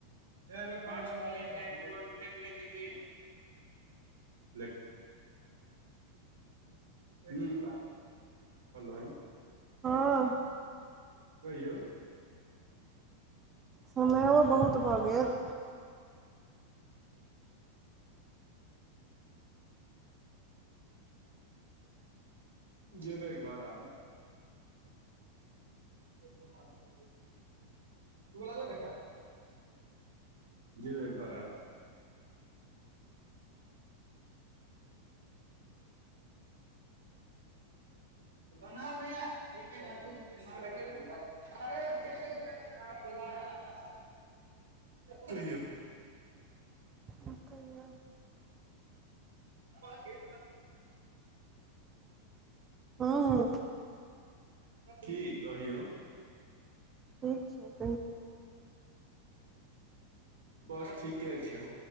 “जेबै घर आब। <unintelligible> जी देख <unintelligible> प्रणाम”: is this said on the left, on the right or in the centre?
Right